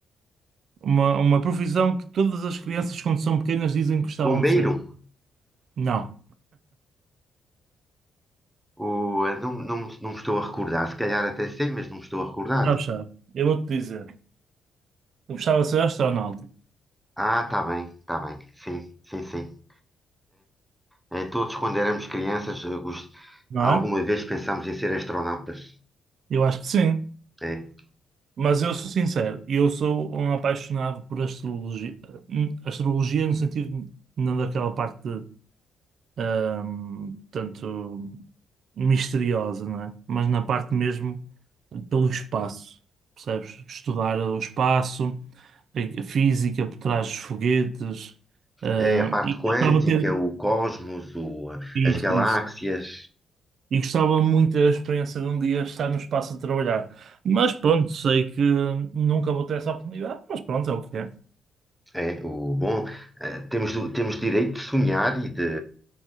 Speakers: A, on the right (about 60°); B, in the centre.
A: Uma, uma profissão que todas as crianças, quando são pequenas, dizem que gostavam
B: Bombeiro?
A: de ser. Não.
B: O, eh, não, não, não me estou a recordar. Se calhar até sei, mas não me estou a recordar.
A: Sabes, sabes. Eu vou-te dizer. Eu gostava de ser astronauta,
B: Ah, tá bem, tá bem. Sim, sim, sim. É, é, todos quando éramos crianças, eh, gost-
A: não
B: alguma
A: é?
B: vez pensámos em ser astronautas.
A: Eu acho que sim.
B: É.
A: Mas eu sou sincero. Eu sou um apaixonado por astrologia. Astrologia no sentido não daquela parte, hum, tanto misteriosa, não é? Mas na parte mesmo pelo espaço, percebes? Estudar o espaço, a física por trás dos foguetes, ah,
B: É a parte
A: e
B: quântica,
A: gostava de ter
B: o cosmos, o-
A: isso,
B: as galáxias,
A: isso. E gostava muito da experiência de um dia estar no espaço a trabalhar. Mas pronto, sei que nunca vou ter essa oportunidade, mas pronto, é o que é.
B: é o bom. eh, temos, o- temos direito de sonhar e de,